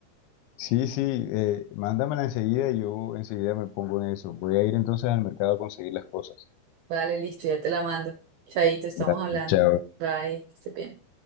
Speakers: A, on the left; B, on the right.
A: Sí, sí, eh, mándamela enseguida y yo enseguida me pongo en eso. Voy a ir entonces al mercado a conseguir las cosas.
B: Vale, listo, ya te la mando. Chaito, estamos
A: Gracias,
B: hablando.
A: chao.
B: Bye, que estés bien.